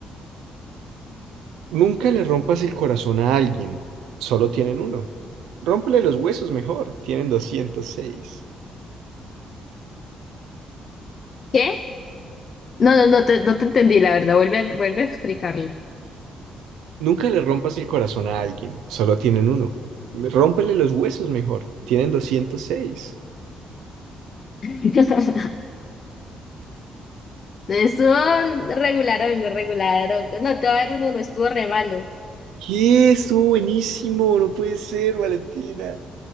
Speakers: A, on the right (about 85°); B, on the left (about 45°).
A: Nunca le rompas el corazón a alguien, solo tienen uno. Rómpele los huesos mejor, tienen 206.
B: ¿Qué? No, no, no te, no te entendí, la verdad. Vuelve a, vuelve a explicarlo.
A: Nunca le rompas el corazón a alguien, solo tienen uno. Rómpele los huesos mejor, tienen 206.
B: <laughs> Estuvo regularón, regularón. No, te voy a dar un uno, estuvo re malo.
A: ¡Qué! Estuvo buenísimo, no puede ser, Valentina.